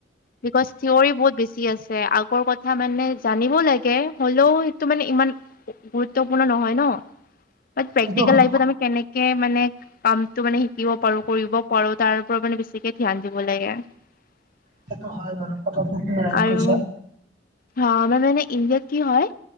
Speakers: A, on the left; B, on the right.
A: বিকজ থিয়ৰী বহুত বেছি আছে। আগৰ কথা কথা মানে জানিব লাগে। হ'লেও তো মানে ইমান গুৰুত্বপূৰ্ণ নহয় ন। বাট প্ৰেক্টিকেল
B: সেইটো হয়
A: লাইফত আমি কেনে কে মানে কামটো মানে শিকিব পাৰোঁ কৰিব পাৰোঁ তাৰ ওপৰত মানে বেছিকে ধ্যান দিব লাগে আৰ। <unintelligible>
B: সেইটো হয় বাৰু কথাটো তুমি ৰাইট
A: আৰু
B: কৈছা।
A: হা আমাৰ মানে ইণ্ডিয়াত কি হয়,